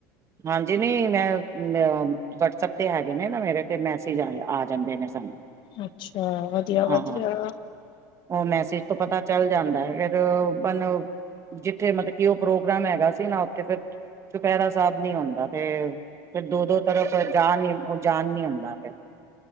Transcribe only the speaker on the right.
ਹਾਂਜੀ। ਨਹੀਂ ਮੈਂ- ਮੈ ਵਟਸਐਪ ਤੇ ਹੈਗੇ ਨੇ ਨਾ ਮੇਰੇ ਤੇ ਮੈਸੇਜ ਆਯਾ ਆ। ਜਾਂਦੇ ਨੇ ਸਾਨੂੰ
ਹਾਂ ਉਹ ਮੈਸੇਜ ਤੋਂ ਪਤਾ ਚੱਲ ਜਾਂਦਾ। ਫਿਰ ਬਣ ਜਿੱਥੇ ਮਤਲਬ ਕਿ ਉਹ ਪ੍ਰੋਗਰਾਮ ਹੈਗਾ ਸੀ। ਨਾ ਉੱਥੇ ਫਿਰ ਚੁਪਹਿਰਾ ਸਾਹਿਬ ਨੀ ਔਂਦਾ ਤੇ ਫਿਰ ਦੋ- ਦੋ ਤਰਫ ਜਾਣ ਨੀ, ਜਾਣ ਨੀ ਹੁੰਦਾ। ਫਿਰ